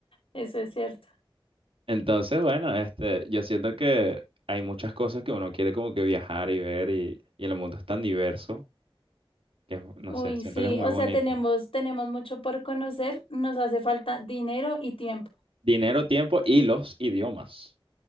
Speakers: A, on the left; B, on the right.
A: Eso es cierto.
B: Entonces, bueno, este, yo siento que hay muchas cosas que uno quiere como que viajar y ver y, y el mundo es tan diverso que, es- no
A: Uy,
B: sé, siento
A: sí.
B: que es muy
A: O
B: bonito.
A: sea, tenemos, tenemos mucho por conocer. Nos hace falta dinero y tiempo.
B: Dinero, tiempo y los idiomas.